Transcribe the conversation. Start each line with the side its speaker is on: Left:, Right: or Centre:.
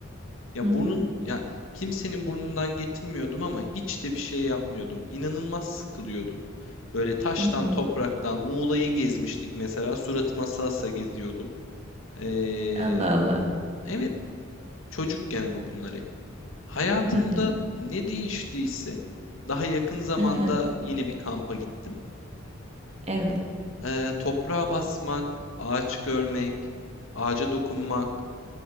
Left: Ya
Right: Hı hı.
Left: burnun ya kimsenin burnundan getirmiyordum ama hiç de bir şey yapmıyordum. İnanılmaz sıkılıyordum. Böyle taştan,
Right: Hı hı.
Left: topraktan, Muğla'yı gezmiştik mesela. Suratıma salsa geziyordum. Ee,
Right: Allah Allah.
Left: evet, çocukken ama bunlar hep. Hayatımda
Right: Hı hı.
Left: ne değiştiyse daha yakın zamanda
Right: Hı hı.
Left: yine bir kampa gittim.
Right: Evet.
Left: Ee, toprağa basmak, ağaç görmek, ağaca dokunmak,